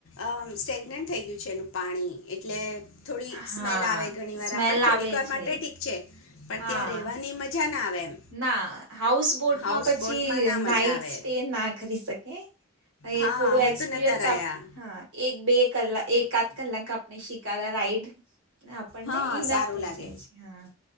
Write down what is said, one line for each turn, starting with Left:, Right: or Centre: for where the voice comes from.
Left: અ સ્ટેગનેટ થઈ ગયું છે એનું પાણી એટલે થોડી
Right: હા
Left: સ્મેલ આવે ઘણી વાર
Right: સ્મેલ
Left: આપણે થોડીક
Right: આવે
Left: વાર
Right: છે
Left: માટે ઠીક છે પણ
Right: હા
Left: ત્યાં રેવાની મજા ના આવે. એમ
Right: ના હાઉસ બોટમાં
Left: હાઉસ
Right: પછી
Left: બોટમાં
Right: નાય
Left: ના મજા
Right: નાઈટ
Left: આવે
Right: સ્ટે ના કરી શકે. એ
Left: હા
Right: થોડું
Left: અમે
Right: એક્સપિરિયન્સ
Left: તો નહોતા રહ્યા
Right: આપ હા એક બે કલાક. એકાધ કલાક આપણે શિકારા રાઈડ આપણને
Left: હા
Right: ઈનફ
Left: સારું
Right: થઈ
Left: લાગે
Right: જાય છે. હા